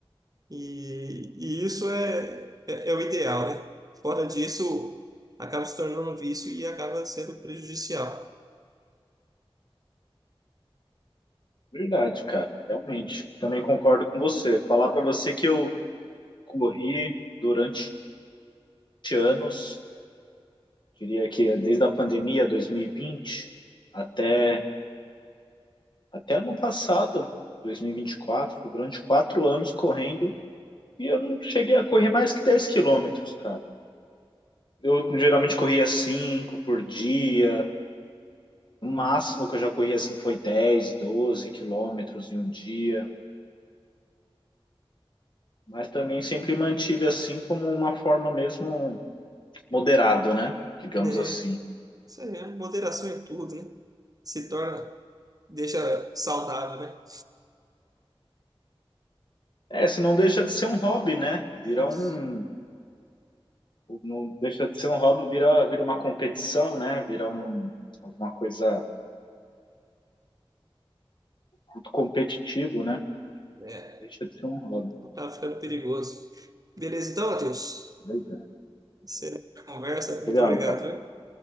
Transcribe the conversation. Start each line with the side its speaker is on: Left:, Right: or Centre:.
Right: E, e isso é, é, é o ideal, né? Fora disso, acaba se tornando um vício e acaba sendo prejudicial,
Left: Verdade, cara. Realmente. Também concordo com você. Falar para você que eu corri durante anos, diria que é desde a pandemia 2020 até, até ano passado, 2024, durante quatro anos correndo, e eu não cheguei a correr mais que 10 quilômetros, cara. Eu geralmente corria 5 por dia, o máximo que eu já corri assim foi dez 12 quilômetros em um dia, mas também sempre mantive assim como uma forma mesmo moderada né? Digamos
Right: né?
Left: assim.
Right: Isso aí, é moderação em tudo, né? Se torna, deixa saudável, né?
Left: É, se não deixa de ser um hobby, né?
Right: Isso.
Left: Vira um. Não deixa de ser um hobby, vira, vira uma competição, né? Vira um, alguma coisa muito competitivo, né?
Right: É,
Left: Deixa de ser um hobby.
Right: acaba ficando perigoso. Beleza, então, Matheus?
Left: Legal,
Right: Excelente a conversa. Muito
Left: legal
Right: obrigado,
Left: cara.
Right: viu?